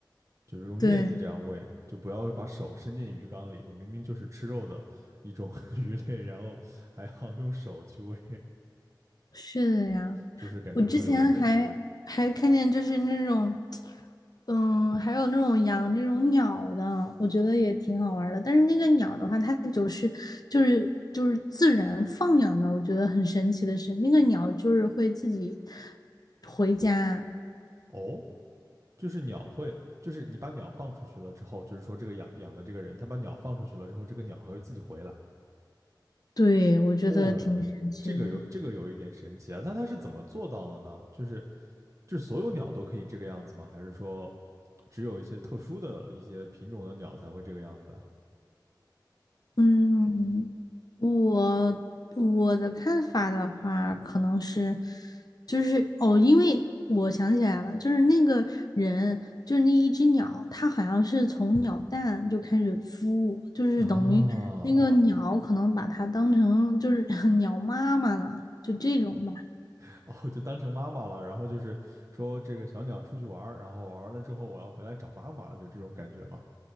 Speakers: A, on the right (about 40°); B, on the left (about 55°).
A: 就是用镊子这样喂，
B: 对，
A: 就不要把手伸进鱼缸里，明明就是吃肉的一种 <laughs> 鱼类，然后还要用手去喂。
B: 是的呀。
A: 就是感觉会有一点
B: 我之前还还看见就是那种，嗯，还有那种养那种鸟的，我觉得也挺好玩儿的。但是那个鸟的话，它就是就是就是自然放养的，我觉得很神奇的是，那个鸟就是会自己回家，
A: 哦，就是鸟会，就是你把鸟放出去了之后，就是说这个养养的这个人，他把鸟放出去了之后，这个鸟还会自己回来
B: 对，我觉得挺神奇的。
A: 哦，这个有这个有一点神奇啊，但他是怎么做到的呢？就是就是所有鸟都可以这个样子吗？还是说只有一些特殊的一些品种的鸟才会这个样子啊？
B: 嗯，我我的看法的话，可能是，就是哦，因为我想起来了，就是那个人，就是那一只鸟，它好像是从鸟蛋就开始孵，就是等于那个啊鸟可能把它当成就是
A: 啊，
B: <laughs> 鸟妈妈了，就这种。
A: <laughs> 哦，就当成妈妈了，然后就是说这个小鸟出去玩儿，然后玩完了之后我要回来找妈妈，就这种感觉吗？